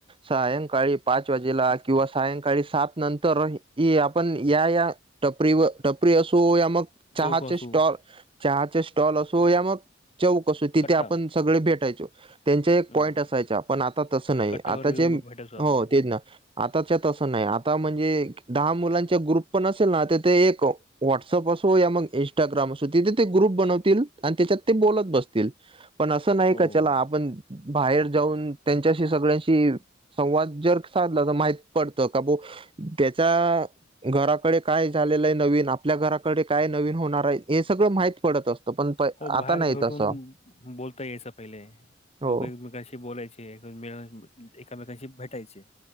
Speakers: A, on the right; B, on the left.
A: सायंकाळी पाच वाजेला किंवा सायंकाळी सात नंतर ये आपण या या, टपरी व टपरी असो या मग चहाचे
B: चौक असू,
A: स्टॉल चहाचे स्टॉल असो, या मग चौक असो, तिथे
B: कट्टा
A: आपण सगळे भेटायचो. त्यांच्या एक
B: हं.
A: पॉईंट असायच्या. पण आता तसं नाही
B: कट्ट्यावर
A: आताचे,
B: येऊन ब भेटायचो आपण.
A: हो तेच
B: हं.
A: ना. आता च्या तसं नाही. आता म्हणजे दहा मुलांच्या ग्रुप पण असेल ना त ते एक व्हॉटसअप असो, या मग इंस्टाग्राम असो, तिथे ते ग्रुप बनवतील आणि त्याच्यात ते बोलत बसतील, पण असं नाही
B: हो.
A: का च्यला आपण बाहेर जाऊन त्यांच्याशी सगळ्यांशी संवाद ज्यर साधला तर माहित पडत का बो त्याच्या घराकडे काय झालेलं आहे नवीन, आपल्या घराकडे काय नवीन होणार आहे? हे सगळं माहीत पडत असतं, पण प
B: हो बाहेर
A: आता नाही
B: भेटून
A: तसं
B: बोलता यायच पहिले.
A: हो
B: लोक एकमेकांशी बोलायचे. <unintelligible> एकामेकांशी बोलायचे.